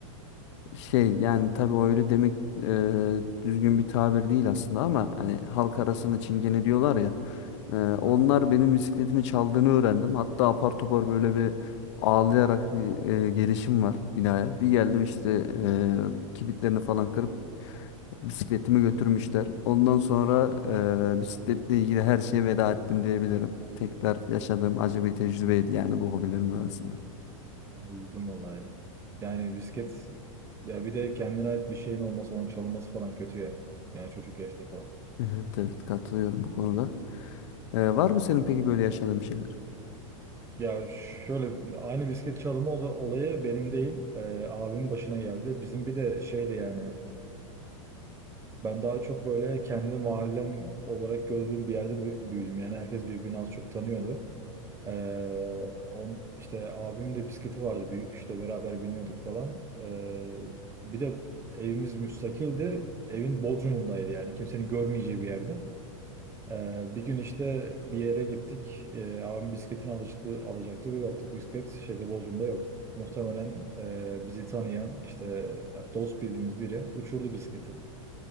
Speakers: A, on the left (about 60°); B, on the right (about 15°).
A: e, şey yani tabii o öyle demek e, düzgün bir tabir değil aslında ama hani halk arasında çingene diyorlar ya. E, onlar
B: Hı hı.
A: benim bisikletimi çaldığını öğrendim. Hatta apar topar böyle bir ağlayarak bir e, gelişim var binaya. Bir geldim işte e, kilitlerini falan kırıp Bisikletimi götürmüşler. Ondan sonra eee, bisikletle ilgili her şeye veda ettim diyebilirim. Tekrar yaşadığım acı bir tecrübeydi yani bu hobilerimin arasında.
B: Aa, Üzüldüm vallahi ya. Yani bisiklet ya bir de kendine ait bir şeyin olması onun çalınması falan kötü ya. Yani çocuk yaşta falan.
A: Evet evet katılıyorum bu konuda. Eee, var mı senin peki böyle yaşadığın şeyler?
B: Ya şöyle aynı bisiklet çalımı ol- olayı benim değil e, abimin başına geldi. Bizim bir de şeydi yani Ben daha çok böyle kendi mahallem olarak gördüğüm bir yerde bü- büyüdüm. Yani herkes birbirini az çok tanıyordu. Ee, on, işte abimin de bisikleti vardı büyük. İşte beraber biniyorduk falan. Ee, bir de evimiz müstakildi. Evin Bodrum'undaydı yani. Kimsenin görmeyeceği bir yerde. Ee, bir gün işte bir yere gittik. Ee, abim bisikletini alacaktı, alacaktı. Bir baktık bisiklet şeyde Bodrum'da yok. Muhtemelen e, bizi tanıyan işte dost bildiğimiz biri uçurdu bisikleti.